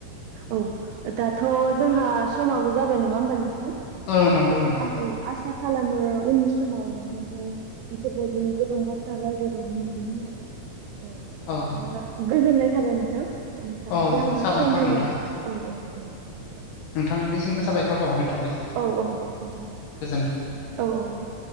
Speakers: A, on the right; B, on the left.
A: औ-औ दाथ' जोंहा समाबो जाबाय नङा होमबा नोंथां।
B: ओ नंगौ
A: औ
B: नोंथां।
A: आसा खालामो उननि समाव नोंथांजों बेफोरबायदिनो गोबां बाथ्रा रायज्लाय बावनो मोनगोन होननानै औ।
B: औ
A: दा गोजोननाय थाबाय नोंथां। नोंथाङा
B: औ
A: जे आंनो
B: साबायखर
A: सम होलाय
B: नोंथां
A: औ औ दे दे।
B: नोंथांनिसिमबो साबायखर बावहरनाय थाबाय
A: औ औ दे गोजोनथों
B: गोजोन्थों।
A: औ औ दे